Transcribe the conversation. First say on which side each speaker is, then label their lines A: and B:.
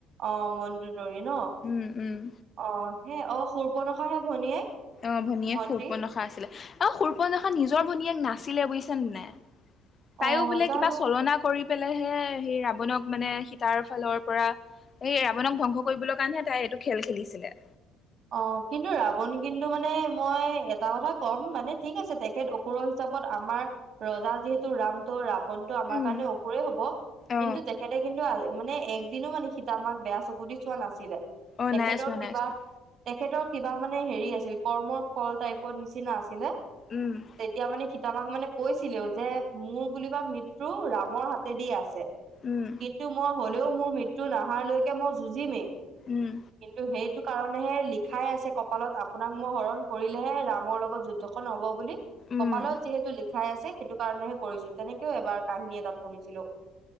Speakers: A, on the right; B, on the left.
A: অ' মন্দোদৰী ন?
B: উম, উম।
A: অ' সেই অ' শূৰ্পনখা হে ভনীয়েক।
B: অ' ভনীয়েক
A: ভন্টি
B: শূৰ্পনখা আছিলে, অ' শূৰ্পনখা নিজৰ ভনীয়েক নাছিলে বুইছা নে নাই?
A: অ'
B: তাইও বোলে
A: জানো
B: কিবা চলনা কৰি পেলাই হে সেই ৰাৱণক মানে সী তাৰ ফালৰ পৰা এই ৰাৱনক ধ্বংস কৰিবলৈ কাৰণেহে তাই এইটো খেল খেলিছিলে।
A: অ' কিন্তু ৰাৱণ, কিন্তু মানে মই এটা কথা ক'ম মানে, ঠিক আছে তেখেত অ সুৰ হিচাপত আমাৰ ৰজা যিহেতু ৰাম ত' ৰাব ৱণটো আমাৰ
B: উম
A: কাৰণে অসুৰেই হ'ব,
B: অ
A: কিন্তু তেখেতে কিন্তু মানে, একদিনো মানে সীতামাক বেয়া চকু দি চোৱা নাছিলে।
B: অ'
A: তেখেতৰ
B: নাই চোৱা,
A: কিবা
B: নাই চোৱা।
A: তেখেতৰ কিবা মানে, হেৰি আছিল কৰ্মৰ ফল টাইপৰ নিচিনা আছিলে।
B: উম,
A: তেতিয়া মানে, সীতামাক মানে কৈছিলেও যে মোৰ বুলিবা মৃত্যু ৰামৰ হাতেদি আছে।
B: উম
A: কিন্তু মই হলেও মোৰ মৃত্যু নাহাৰ লৈকে মই যুঁজিমেই,
B: উম
A: কিন্তু সেইটো কাৰণেহে লিখাই আছে কপালত, আপোনাক মই হৰণ কৰিলেহে ৰামৰ লগত যুদ্ধখন হ'ব বুলি। কপালত
B: উম
A: যিহেতু লিখাই আছে সেইটো কাৰণেহে কৰিছো। তেনেকেও এবাৰ কাহিনী এটাত শুনিছিলোঁ।